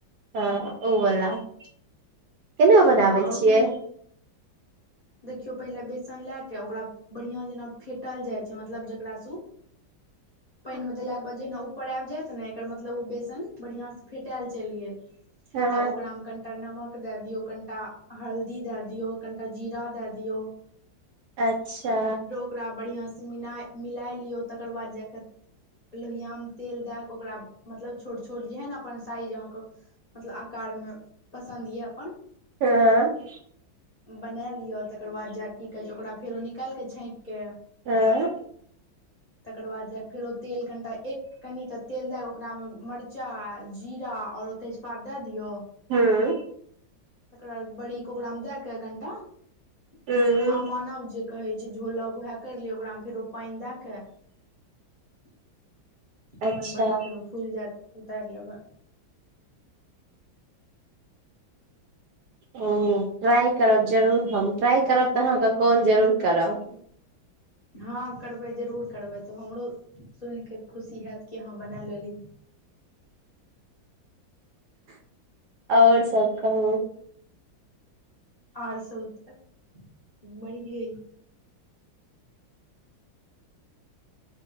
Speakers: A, on the right (about 75°); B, on the left (about 45°).
A: हाँ ओ बला <inaudible> केना बनाबै
B: हँ आओर
A: छियै।
B: कोनो देखियौ पहिले बेसन ला के ओकरा बढ़ियां जेना फेंटल जाइ छै मतलब जकरा सं उ
A: <unintelligible>
B: पानिमे देलाके बाद जेहिना ऊपर आबि जाएत ने, एकर मतलब ओ बेसन बढ़ियां से फेंटाएल चलि गेल।
A: हँ
B: तब ओकरा मे कनीटा नमक दा दियौ, कनीटा हल्दी दा दियौ। कनीटा जीरा दा दिऔ।
A: अच्छा।
B: ओकरा बढ़ियां सं मिला मिलाइ लियौ तकर बाद जा क लोहिया मे तेल दा क ओकरा मतलब छोट छोट जेहन अपन साइज अहाँके मतलब आकारमे पसन्द या अपन
A: <unintelligible>
B: बना लिअ, तकर बाद जा क की कहै छै ओकरा फेरो निकालि क छाँकि के
A: <unintelligible>
B: तकर बाद जा फेर ओ तेल कनीटा एक कनीटा तेल दा ओकरा मे मरचाई, जीरा और तेज पात द दियौ
A: हूं।
B: तकर बाद बड़ीके ओकरा मे द क कनिटा <inaudible>
A: हूँ
B: आमानव जे कहै छै झोलब उहे करि लिअ। ओकरामे फेरो पानि दा क <inaudible> अपन
A: अच्छा
B: बड़ी फेरो फुलि जाएत, उतारि लेबै।
A: हूं ट्राई करब जरूर हम। ट्राई करब त अहाँके कॉल जरूर करब।
B: हाँ करबै जरूर करबै। तब हमरो सुनिके खुशी हैत कि अहाँ बना लेलीये।
A: <inaudible> और सब कहु।
B: और सब त <inaudible> बढ़िएं अइ‌।